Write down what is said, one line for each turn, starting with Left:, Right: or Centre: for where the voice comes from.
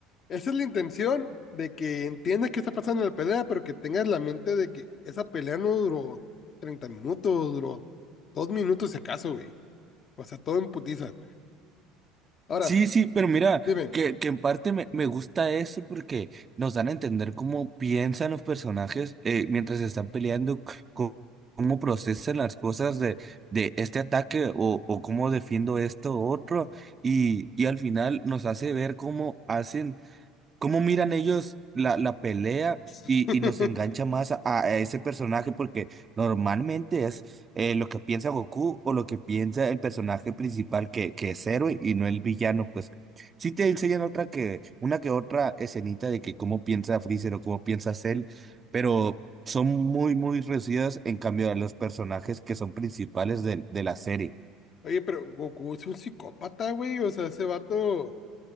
Left: Esa es la intención de que entiendas qué está pasando en la pelea, pero que tengas la mente de que esa pelea no duró 30 minutos, duró dos minutos si acaso, güey. O sea, todo en putiza. Ahora,
Right: Sí, sí, pero mira,
Left: dime.
Right: que, que en parte me, me gusta eso porque nos dan a entender cómo piensan los personajes eh, mientras están peleando, c- co- cómo procesan las cosas de, de este ataque o, o cómo defiendo esto u otro, y, y al final nos hace ver cómo hacen ¿Cómo miran ellos la, la pelea y,
Left: <laughs>
Right: y nos engancha más a, a ese personaje? Porque normalmente es eh, lo que piensa Goku o lo que piensa el personaje principal que, que es héroe y no el villano. Pues sí te enseñan otra que, una que otra escenita de que cómo piensa Freezer o cómo piensa Cell, pero son muy, muy reducidas en cambio a los personajes que son principales de, de la serie.
Left: Oye, pero Goku es un psicópata, güey. O sea, ese vato.